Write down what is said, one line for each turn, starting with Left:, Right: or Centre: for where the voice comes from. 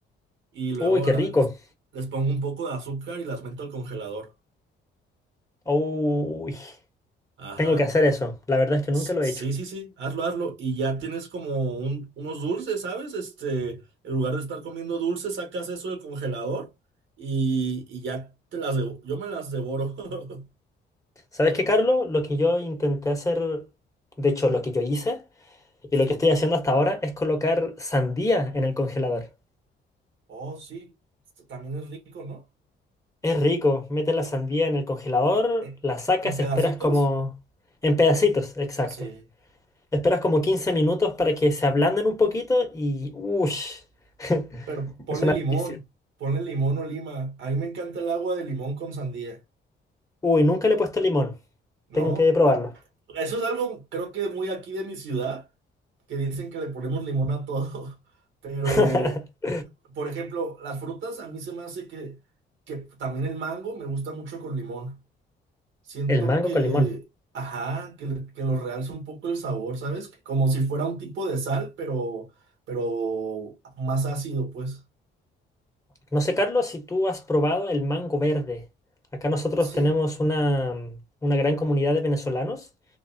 Right: y luego
Left: Uy, qué
Right: la-
Left: rico.
Right: les, les pongo un poco de azúcar y las meto al congelador.
Left: Uy.
Right: Ajá.
Left: Tengo que hacer eso. La verdad es que nunca
Right: S-
Left: lo
Right: Sí,
Left: he hecho.
Right: sí, sí, hazlo, hazlo. Y ya tienes como un- unos dulces, ¿sabes? Este, en lugar de estar comiendo dulces, sacas eso del congelador y, y ya te las devo- Yo me las devoro. <laughs>
Left: ¿Sabes qué, Carlos? Lo que yo intenté hacer, de hecho,
Right: Ujú,
Left: lo que yo hice y
Right: Sí.
Left: lo que estoy haciendo hasta ahora es colocar sandía en el congelador.
Right: Oh, sí. Esto También es rico, ¿no?
Left: Es rico. Metes la sandía en el congelador,
Right: ¿En,
Left: la sacas,
Right: en pedacitos?
Left: esperas como... En pedacitos, exacto.
Right: Sí.
Left: Esperas como 15 minutos para que se ablanden un poquito y... ¡Ush! <laughs>
Right: Pero ponle
Left: Es una
Right: limón,
Left: delicia.
Right: ponle limón o lima. A mí me encanta el agua de limón con sandía,
Left: Uy, nunca le he puesto limón.
Right: ¿no?
Left: Tengo que probarlo.
Right: Ah, Eso es algo, creo que muy aquí de mi ciudad, que dicen que le ponemos limón a todo. <laughs> Pero,
Left: <laughs>
Right: por ejemplo, las frutas a mí se me hace que, que también el mango me gusta mucho con limón. Siento
Left: El mango
Right: que,
Left: con limón.
Right: ajá, que, le- que lo realza un poco el sabor, ¿sabes? Como si fuera un tipo de sal, pero, pero más ácido, pues.
Left: No sé, Carlos, si tú has probado el mango verde. Acá nosotros
Right: Sí,
Left: tenemos una, una gran comunidad de venezolanos